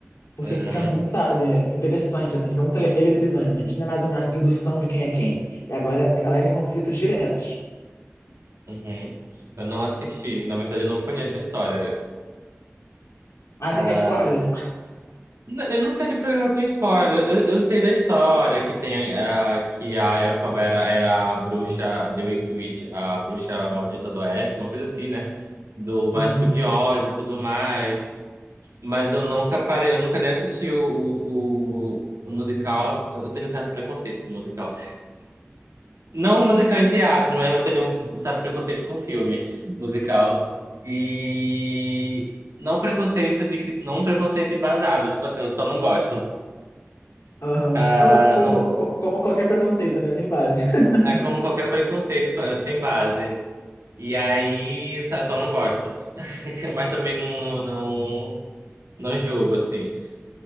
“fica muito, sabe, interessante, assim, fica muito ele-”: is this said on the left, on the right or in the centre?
Left